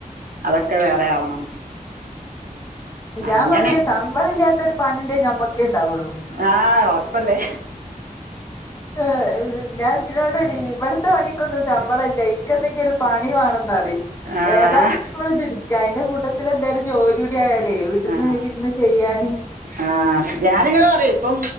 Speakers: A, on the right; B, on the left.
A: അതൊക്കെ വേറെ ആവണം
B: ഞാൻ
A: അങ്ങനെ
B: പറയും ശമ്പളല്ലാത്ത ഒരു പണീണ്ടെങ്കി ഞമ്മക്കേ ഉണ്ടാവുള്ളൂ
A: ആഹ് ഒറപ്പല്ലേ
B: ഹേ ഞാൻ നോട് പറയും ഇവിടത്തെ പണിക്കൊന്നും ശമ്പളയില്ല ഇക്ക് എന്തെങ്കിലും ഒരു പണി വേണെന്ന് പറയും
A: ആഹ്
B: ഏതായാലു ഇപ്പൊ നമ്മളിതെടുക്കുവാ അയിന്റെ കൂട്ടത്തില് എന്തേലും ജോലി- ക്കായാലേയ് വീട്ടിന്ന്
A: ആഹ്
B: ഇരുന്ന് ചെയ്യാന്
A: ആഹ് ഞാനിങ്ങനെ പറയും ഇപ്പം